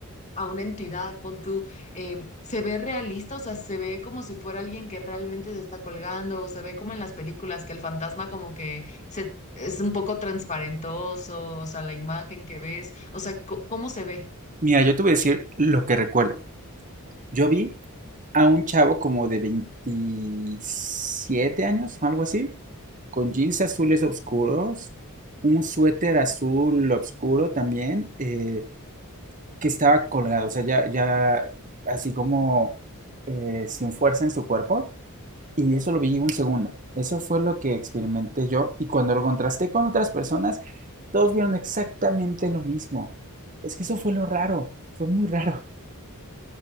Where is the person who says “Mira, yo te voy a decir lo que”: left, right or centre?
Right